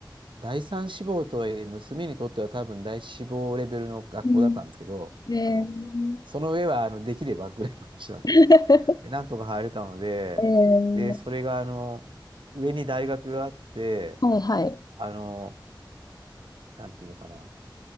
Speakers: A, on the right; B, on the left.
A: 第三志望とはいえ娘にとっては多分第一志望レベルの学校だったんですけどあの
B: うん。うんえー、
A: その上はあのできればぐらいの話なんで、
B: <laughs>
A: でなんとか入れたのででそれがあの上に大学があって
B: えー、はいはい。
A: あのなんていうのかな